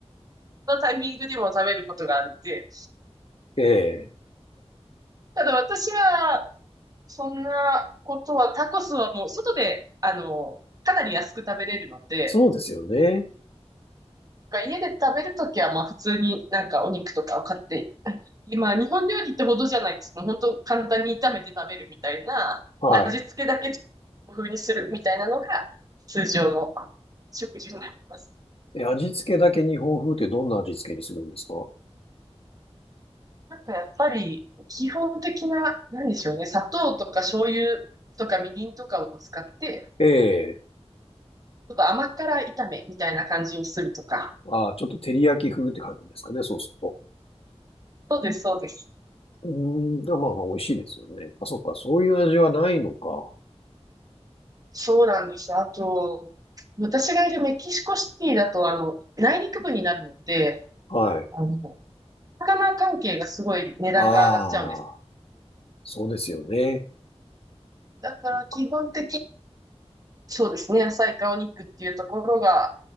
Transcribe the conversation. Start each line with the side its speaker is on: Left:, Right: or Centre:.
Right: のタイミングでも食べることがあるんで、
Left: ええ。
Right: ただ私は、そんなことは、タコスはもう、外で、あの、かなり安く食べれるので、
Left: そうですよね。
Right: 家で食べるときは、まあ、普通になんかお肉とかを買って今、日本料理ってほどじゃないです。もう本当簡単に炒めて食べるみたいな、
Left: はい。
Right: 味付けだけ風にするみたいなのが通常の食事になります。
Left: え、味付けだけ日本風ってどんな味付けにするんですか
Right: なんかやっぱり基本的な、なんでしょうね、砂糖とか醤油とかみりんとかを使って、
Left: ええ。
Right: ちょっと甘辛炒めみたいな感じにするとか。
Left: ああ、ちょっと照り焼き風って感じですかね、そうすると。
Right: そうです、そうです。
Left: うーん、でもまあまあ美味しいですよね。あ、そっか、そういう味はないのか。
Right: そうなんです。あと、私がいるメキシコシティだと、あの、内陸部になるので、
Left: はい。
Right: あの、魚関係がすごい値段が上がっちゃうんです。
Left: ああ、そうですよね。
Right: だから基本的に、
Left: そっか。
Right: そうですね、野菜かお肉っていうところが